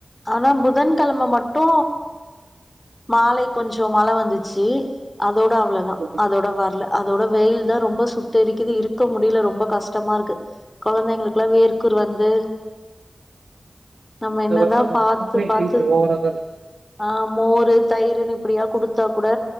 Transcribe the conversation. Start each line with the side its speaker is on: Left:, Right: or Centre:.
Left: ஆனா புதன் கெழம மட்டு மாலை கொஞ்சோ மழ வந்துச்சி அதோ ட அவ்ளதா
Right: ஓகே.
Left: அதோட வர்ல அதோட வெயில் த ரொம்ப சுட்டெரிக்குது இருக்க முடில ரொம்ப கஷ்டமாருக்கு கொழந்தைங்களுக்குலா வேர்கூர் வந்து நம்ம
Right: இந்த
Left: என்னதா
Right: வருஷம்
Left: பாத்து
Right: ரொம்பவே
Left: பாத்து
Right: ஹீட் ஓவரா தான் இருக்கு.
Left: ஆஹ் மோ தயிருனு இப்பிடியா குடுத்தா கூட